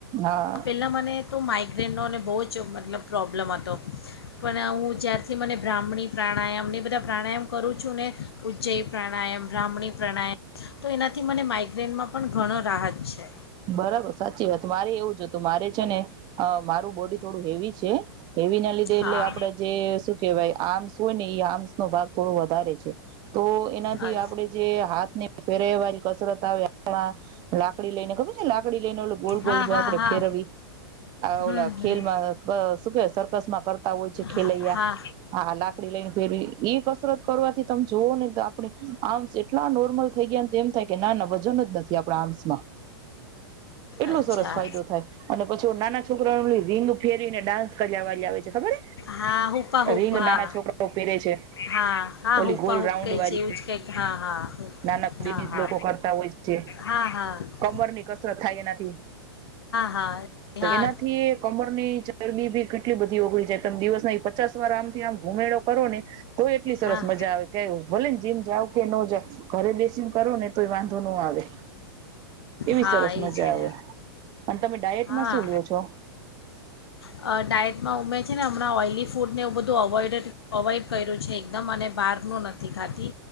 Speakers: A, on the right; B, on the left.
A: હા
B: પેલા મને. તો માઇગ્રેનોને બહુ જ મતલબ પ્રોબ્લમ હતો પણ હું જ્યારે. થી મને બ્રાહ્મણી પ્રાણાયામ એને બધા પ્રાણાયામ કરું છું ને ઉજ્જૈ પ્રાણાયામ બ્રાહ્મણી પ્રાણાયામ તો એનાથી મને માઇગ્રેનમાં પણ ઘણો રાહત છે.
A: બરાબર સાચી વાત મારે એવું છે હતું મારે છે ને મારું બોડી થોડું હેવી છે. હેવી ના લીધે
B: હા
A: એટલે આપડે જે શું કેહેવાય આમ્સ હોય ને એ આમ્સ નો ભાગ. થોડું વધારે છે. તો એનાથી
B: હા
A: આપડે જે હાથ ને ફેરવા જે કસરત આવે આપણા લાકડી લઈને ખબરજ લાકડી લઈને ઓ ગોલ
B: હા
A: ગોલ જો
B: હા
A: આપડે
B: હા
A: ફેરવી આ
B: હમ
A: ઓ
B: હમ
A: ખેલમાં શું કે સરકસ માં કરતા હોય છે ખેલૈયા
B: હા હા
A: હા લાકડી લઈને ફેરવી એ કસરત કરવાથી તમે જોવ ને. તો આપણે અર્મ્સ એટલા નોર્મલ થઈ ગયા એમ થાય કે ના ના. વજન જ નથી આપણા આમ્સ માં. એટલો
B: અચ્છા
A: સરસ ફાયદો થાય અને પછી નાના છોકરાઓ રીંગ ફેરીને ડાન્સ કર્યા વાળી આવે છે ખબર
B: હા હુપા હુપ
A: રીંગ
B: હા
A: નાના છોકરાઓ પેરે છે
B: હા હા
A: ઓલી
B: હુપા
A: ગોલ
B: હુપ
A: રાઉન્ડ
B: કંઈ
A: વાળી
B: છે એવું જ કંઈક હા હા
A: નાના લેડીઝ
B: હા હા
A: લોકો કરતા હોય છે
B: હા હા
A: કમરની કસરત થાય એનાથી
B: હા હા
A: તો
B: હા
A: એનાથીયે કમર ની ચરબી ભી ઘ એટલી બધી ઓગળી જાય તમે દિવસ ના પચાસ વાર આમથી આમ ઘુમેડો કરો ને તો એટલી સરસ
B: હા
A: મજા આવે કે ભલે ને જીમ જાવ કે નો જાવ ઘરે બેસીને કરો ને તો વાંધો નો આવે એવી
B: હા
A: સરસ
B: એ
A: મજા
B: જ ને
A: આવે અને તમે ડાયટમાં
B: હા
A: શું લો છો
B: અ, ડાયટમાં ઉમે છે ને હમણાં ઓઇલી ફૂડને એવું બધું અવોઇડ અવોઇડ કર્યું છે એકદમ અને બહારનું નથી ખાતી